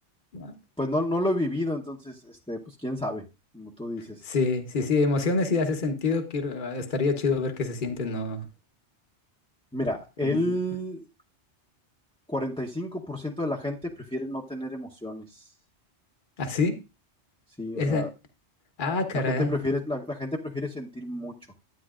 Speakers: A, on the left; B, in the centre.
A: ¿no?
B: Pues no, no lo he vivido, entonces, este, pues quién sabe, como tú dices.
A: Sí, sí, sí, emociones sí hace sentido. Quiero, ah, estaría chido ver qué se siente, ¿no?
B: Mira, el
A: En-
B: 45% de la gente prefiere no tener emociones.
A: ¿Así?
B: Sí,
A: Esa.
B: o sea,
A: Ah, caray,
B: la gente prefiere, la la gente prefiere sentir mucho